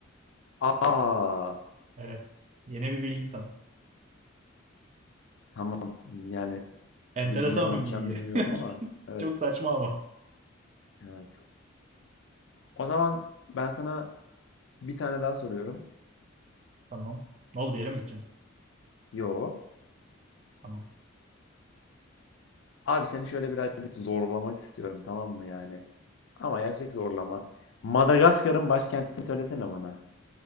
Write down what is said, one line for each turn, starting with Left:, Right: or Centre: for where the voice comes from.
Left: Aa,
Right: Evet. Yeni bir bilgi sana.
Left: tamam. Yani
Right: Enteresan
Left: bu bilgiyle ne yapacağım
Right: bir bilgi.
Left: bilmiyorum ama
Right: <laughs>
Left: evet
Right: Çok saçma ama.
Left: evet. O zaman ben sana bir tane daha soruyorum.
Right: Tamam. Ne oldu bir yere mi gideceğim?
Left: Yo.
Right: Tamam.
Left: Abi seni şöyle birazcık zorlamak istiyorum tamam mı yani? Ama gerçek zorlama. Madagaskar'ın başkentini söylesene bana.